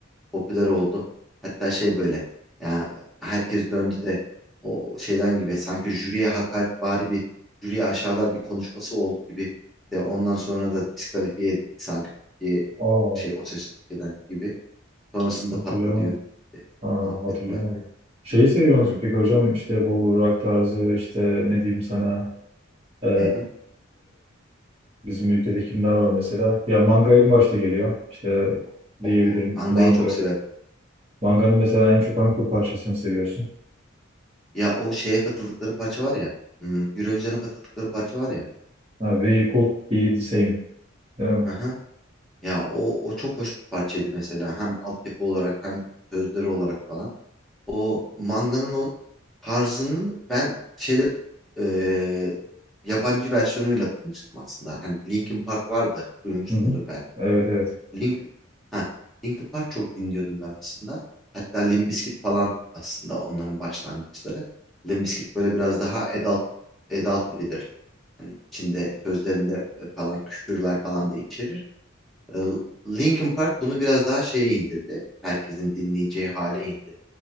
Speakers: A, in the centre; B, on the right.
A: popüler oldu. Hatta şey böyle ya herkes döndü de o şeyden gibi sanki jüriye hakaret bari bir jüriye aşağılar bir konuşması oldu gibi de ondan sonra da diskalifiye edildi sanki Türkiye
B: Aa,
A: şey O Ses Türkiye'den gibi. Sonrasında
B: hatırlayamadım.
A: patladı yürüdü gitti.
B: Aa,
A: Muhabbeti
B: hatırlayamadım.
A: var.
B: Şeyi seviyor
A: Hı
B: musun peki hocam? İşte bu rock tarzı işte ne diyeyim sana ee,
A: hı. hı.
B: bizim ülkede kimler var mesela? Ya Manga'yı başta geliyor. İşte
A: O
B: diyebilirim
A: mangayı
B: Manga.
A: çok severim.
B: Manga'nın mesela en çok hangi parçasını seviyorsun?
A: Ya o şeye katıldıkları parça var ya. hmm, Eurovision'a katıldıkları parça var ya.
B: Ha, We Could Be The Same. Değil mi?
A: Hı hı. Ya o, o çok hoş bir parçaydı mesela. Hem altyapı olarak hem sözleri olarak falan. O manganın o tarzının ben şeyde eee, yabancı versiyonuyla tanıştım aslında. Hani Linkin Park vardı. Duymuşsundur
B: Hı hı.
A: belki.
B: Evet evet.
A: Link ha Linkin Park çok dinliyordum ben aslında. Hatta Limp Bizkit falan aslında onların başlangıçları. Limp Bizkit böyle biraz daha adult adultery'dir. Hani içinde sözlerinde e, falan küfürler falan da içerir. Ee, Linkin Park bunu biraz daha şeye indirdi. Herkesin dinleyeceği hale indirdi